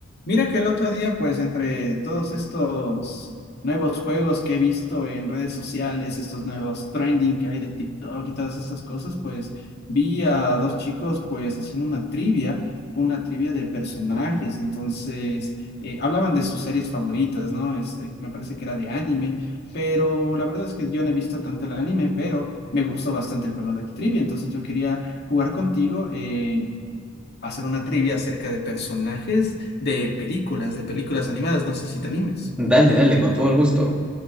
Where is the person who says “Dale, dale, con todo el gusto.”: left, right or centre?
Centre